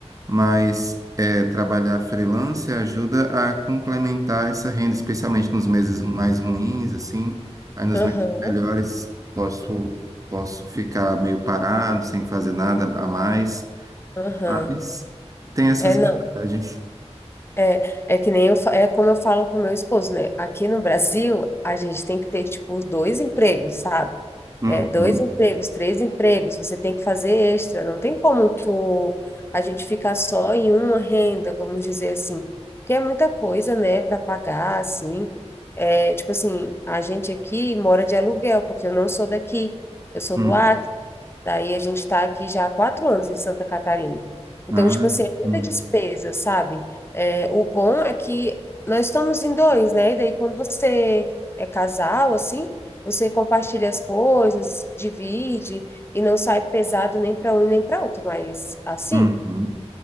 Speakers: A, on the right (about 30°); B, on the left (about 20°).
A: mas é, trabalhar freelance ajuda a complementar essa renda, especialmente nos meses mais ruins, assim. Aí nos
B: Aham,
A: meses melhores posso, posso ficar meio parado, sem fazer nada a mais,
B: aham.
A: mas tem essas
B: É, não.
A: vantagens.
B: É, é que nem eu, fa- é como eu falo com o meu esposo, né? Aqui no Brasil, a gente tem que ter, tipo, dois empregos, sabe?
A: Uhum,
B: É, dois empregos, três empregos, você tem que fazer extra, não tem como tu, a gente ficar só em uma renda, vamos dizer assim, porque é muita coisa, né, para pagar, assim. É, tipo assim, a gente aqui mora de aluguel, porque eu não sou daqui, eu sou
A: uhum,
B: do Acre. Daí a gente está aqui já há quatro anos em Santa Catarina. Então,
A: ah,
B: tipo assim, é muita
A: uhum,
B: despesa, sabe? É, o bom é que nós estamos em dois, né? E daí quando você é casal, assim, você compartilha as coisas, divide e não sai pesado nem para um e nem para outro. Mas assim,
A: uhum.